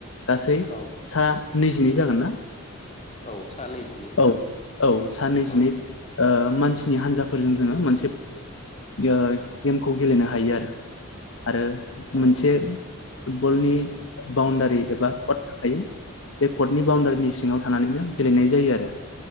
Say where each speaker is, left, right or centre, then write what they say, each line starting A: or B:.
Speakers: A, on the left; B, on the left.
A: गासै
B: औ
A: सा नैजिनै जागोन ना
B: औ सा नैजिनै
A: औ औ सा नैजिनै
B: औ
A: ओ मानसिनि हान्जाफोरजों जोङो मोनसे ओ गेमखौ गेलेनो हायो आरो। आरो
B: औ
A: मोनसे फुटबलनि बाउण्डारि एबा कट थाखायो। बे कर्टनि बाउण्डारिनि सिङाव थानानैनो गेलेनाय जायो आरो।